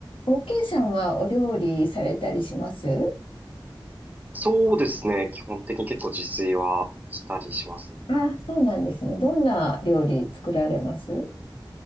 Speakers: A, on the left; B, on the right.
A: OK さんはお料理されたりします
B: そうですね。基本的に結構自炊はしたりしますね。
A: あ、そうなんですね。どんな料理作られます